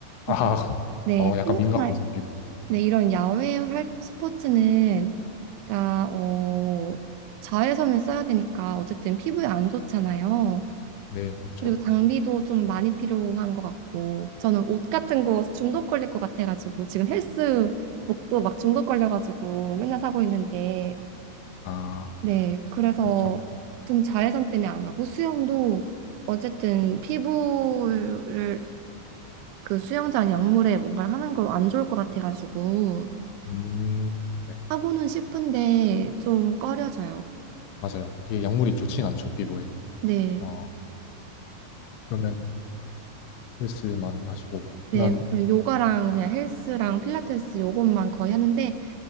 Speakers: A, on the right (about 90°); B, on the left (about 80°).
A: 그러니까
B: 아,
A: 네
B: 어 약간
A: 테니스나
B: 민감하세요 피부.
A: 근데 이런 야외 활 스포츠는 그러니까 어, 자외선을 써야 되니까 어쨌든 피부에 안 좋잖아요.
B: 네 그렇죠.
A: 그리고 장비도 좀 많이 필요한 것 같고 저는 옷 같은 거 중독 걸릴 것 같아가지고 지금 헬스복도 막 중독 걸려가지고 맨날 사고 있는데
B: 아
A: 네 그래서
B: 그렇죠.
A: 아무튼 자외선 때문에 안 하고 수영도 어쨌든 피부를 그 수영장 약물에 뭔가를 하는 거 안 좋을 것 같아가지고
B: 음, 네
A: 하고는 싶은데 좀 꺼려져요.
B: 맞아요. 그게 약물이 좋진 않죠 피부에.
A: 네.
B: 어 그러면 헬스만 하시고
A: 네,
B: 그러면
A: 그냥 요가랑 그냥 헬스랑 필라테스 요것만 거의 하는데